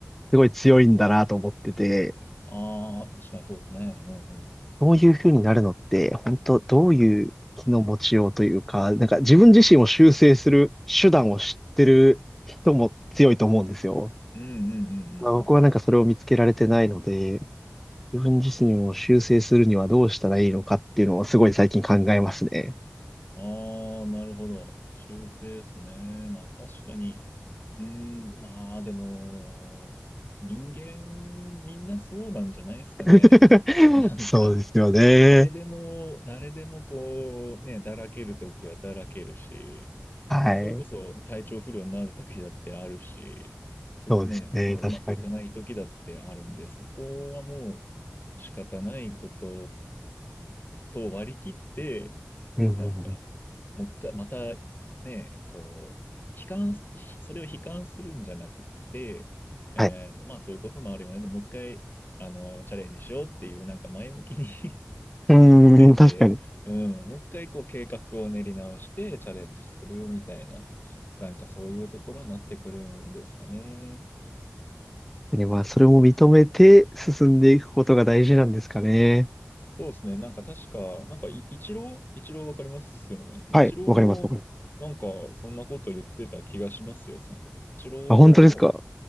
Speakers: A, in the centre; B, on the left.
A: すごい強いんだなと思ってて、
B: ああ、確かにそうですね。うんうん。
A: そういう風になるのって、本当どういう気の持ちようというか、なんか自分自身を修正する手段を知ってる人も強いと思うんですよ。
B: うんうんうんうんうん。
A: まあ僕はなんかそれを見つけられてないので、自分自身を修正するにはどうしたらいいのかっていうのをすごい最近考えますね。
B: ああ、なるほど。修正ですね。まあ確かに、うーん、まあでも、人間みんなそうなんじゃないですかね。
A: <laughs>
B: <laughs> なんか、
A: そうですよね。
B: 誰でも、誰でもこう、ね、だらけるときはだらけるし、
A: はい。
B: ね、それこそ体調不良になるときだってあるし、ふね、
A: そうですね。
B: そのうまくいかないときだってあるんで、
A: 確かに。
B: そこはもう仕方ないことと割り切って、
A: うんうんうん。
B: なんか、もう一回、またね、こう、悲観それを悲観するんじゃなくて、えっと、
A: はい。
B: まあそういうこともあるよね。でもう一回、あの、チャレンジしようっていう、なんか前向きに <laughs>
A: う
B: 捉えて、
A: ん、確かに。
B: うん、もう一回こう計画を練り直してチャレンジするみたいな、なんかそういうところになってくるんですかね。
A: でまあ、それも認めて進んでいくことが大事なんですかね。
B: そうですね。なんか確か、なんかイ、イチロー、イチローわかりますよね。イチローも、
A: はい。わかります。わかります。
B: なんか、そんなこと言ってた気がしますよ。その、イチローも、
A: あ、本当ですか